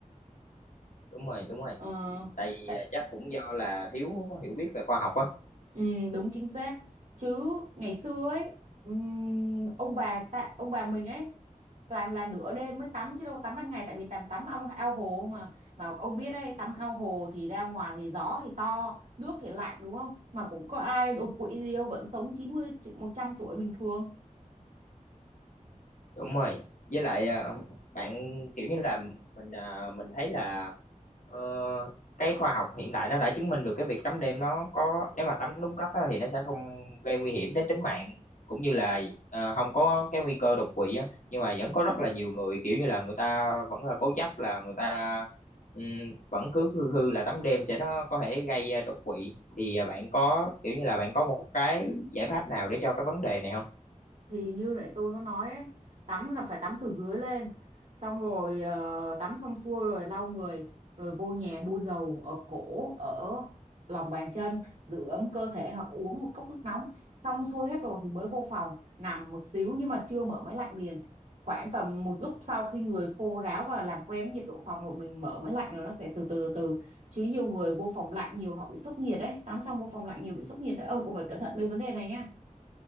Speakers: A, on the left (about 70°); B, on the right (about 65°).
A: đúng rồi đúng rồi
B: ờ,
A: tại vì
B: tại
A: ờ, chắc cũng do là thiếu hiểu biết về khoa học á
B: Ừ, đúng chính xác chứ ngày xưa ấy ừm, ông bà ta, ông bà mình ấy toàn là nửa đêm mới tắm chứ đâu tắm ban ngày tại vì tắm tắm ao, ao hồ mà mà ông biết đấy tắm ao hồ thì ra ngoài thì gió thì to nước thì lạnh đúng không mà cũng có ai đột quỵ gì đâu vẫn sống chín mươi một trăm tuổi bình thường
A: Đúng rồi. Với lại ờ, bạn kiểu như là mình ờ, mình thấy là ờ, cái khoa học hiện đại nó đã chứng minh được cái việc tắm đêm nó có nếu mà tắm đúng cách á, thì nó sẽ không gây nguy hiểm đến tính mạng cũng như là ờ, không có cái nguy cơ đột quỵ á nhưng mà vẫn
B: Ừ.
A: có rất là nhiều người kiểu như là người ta vẫn là cố chấp là người ta ừm, vẫn cứ khư khư là tắm đêm sẽ nó có thể gây ờ, đột quỵ thì ờ, bạn có kiểu như là bạn có một cái giải pháp nào để cho cái vấn đề này không?
B: thì như lại tôi có nói ấy, tắm là phải tắm từ dưới lên xong rồi ờ, tắm xong xuôi rồi lau người rồi vô nhà bôi dầu ở cổ ở lòng bàn chân giữ ấm cơ thể hoặc uống một cốc nước nóng xong xuôi hết rồi thì mới vô phòng nằm một xíu nhưng mà chưa mở máy lạnh liền khoảng tầm một lúc sau khi người khô ráo và làm quen với nhiệt độ phòng rồi mình mở máy lạnh rồi nó sẽ từ từ từ chứ nhiều người vô phòng lạnh nhiều họ bị sốc nhiệt đấy tắm xong vô phòng lạnh nhiều bị sốc nhiệt đấy ông cũng phải cẩn thận mấy vấn đề này nha